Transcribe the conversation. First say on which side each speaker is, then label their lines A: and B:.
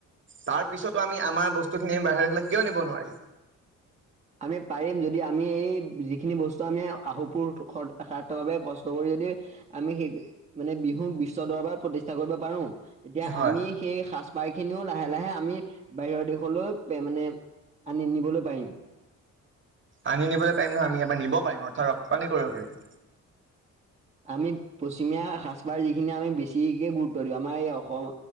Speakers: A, on the right; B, on the right.
A: তাৰ পিছতো আমি আমাৰ বস্তুখিনি বাহিৰলৈ কিয় নিব।
B: <inaudible>
A: নোৱাৰিম?
B: আমি পাৰিম যদি আমি এই যিখিনি বস্তু। আমি <unintelligible> কষ্ট কৰি যদি আমি মানে বিহুক বিশ্ব দৰ। <unintelligible> প্ৰতিষ্ঠা কৰিব পাৰোঁ। তেতিয়া
A: হয়
B: আমি সেই সাজপাৰ খিনিও লাহে লাহে আমি বাহিৰৰ দেশলৈ মানে। আমি নিবলৈ পাৰিম।
A: আমি নিবলৈ পাৰিম নহয় আমি ইয়াৰ পৰা নিব পাৰিম অৰ্থাৎ ৰপ্তানি কৰিব পাৰিম।
B: আমি পশ্চিমীয়া সাজপাৰ যিখিনি আমি বেছিকে গুৰুত্ব দিওঁ আমাৰ এই অসম